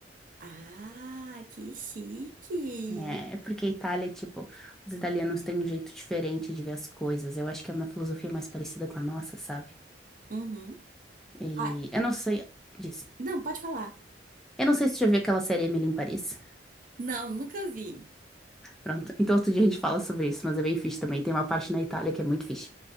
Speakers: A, on the right; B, in the centre.
A: Ah, que chique.
B: É, é porque a Itália, tipo, os italianos têm um jeito diferente de ver as coisas. Eu acho que é uma filosofia mais parecida com a nossa, sabe?
A: Uhum.
B: E
A: Ah,
B: eu não sei, disse.
A: não, pode falar.
B: Eu não sei se você já viu aquela série Emily em Paris.
A: Não, nunca vi.
B: Pronto. Então outro dia a gente fala sobre isso, mas é bem fixe também. Tem uma parte na Itália que é muito fixe.